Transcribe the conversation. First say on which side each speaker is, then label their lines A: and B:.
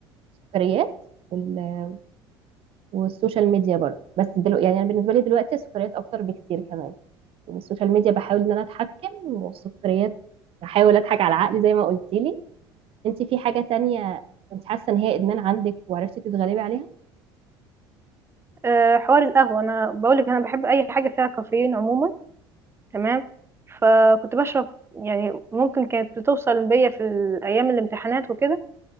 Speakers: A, on the right (about 45°); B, on the right (about 20°).
A: السكريات وال- والسوشيال ميديا برضو بس دلوقتي يعني انا بالنسبه لي دلوقتي السكريات اكتر بكتير كمان يعني السوشيال ميديا بحاول ان انا اتحكم والسكريات بحاول اضحك على عقلي زي ما قلتيلي انت في حاجة تانية كنت حاسة ان هي ادمان عندك وعرفتي تتغلبي عليها
B: آه حوار القهوه انا بقولك انا بحب اي حاجه فيها كافيين عموما تمام فكنت بشرب يعني ممكن كانت بتوصل بيا في الايام الامتحانات وكده